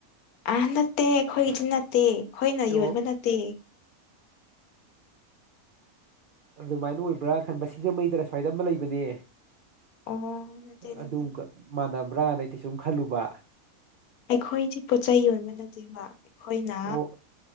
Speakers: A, on the left; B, on the right.
A: ꯑꯥ ꯅꯠꯇꯦ ꯑꯩꯈꯣꯏꯗꯤ ꯅꯠꯇꯦ ꯑꯩꯈꯣꯏꯅ
B: ꯑꯣ
A: ꯌꯣꯟꯕ ꯅꯠꯇꯦ
B: ꯑꯗꯨꯃꯥꯏꯅ ꯑꯣꯏꯕ꯭ꯔꯥ ꯈꯟꯕ ꯁꯤꯡꯖꯃꯩꯗꯔ ꯑꯁ꯭ꯋꯥꯏꯗ ꯑꯃ ꯂꯩꯕꯅꯦ
A: ꯑꯣ ꯅꯠꯇꯦ ꯅꯠꯇꯦ
B: ꯑꯗꯨꯝ ꯒ ꯃꯥꯟꯅꯕ꯭ꯔꯥꯅ ꯑꯩꯗꯤ ꯁꯨꯝ ꯈꯜꯂꯨꯕ
A: ꯑꯩꯈꯣꯏꯗꯤ ꯄꯣꯠꯆꯩ ꯌꯣꯟꯕ ꯅꯠꯇꯦꯕ ꯑꯩꯈꯣꯏꯅ
B: ꯑꯣ